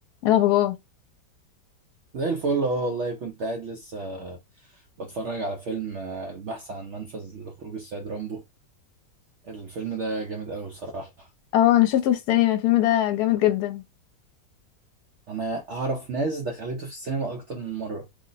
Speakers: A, on the left; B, on the right.
A: ايه الاخبار
B: زي الفل اه والله كنت قاعد لسه بتفرج على فيلم آه، البحث عن منفذ لخروج السيد رامبو الفيلم ده جامد قوي بصراحة
A: اه انا شفته في السينما الفيلم ده جامد جدا
B: انا اعرف ناس دخلته في السينما اكتر من مرة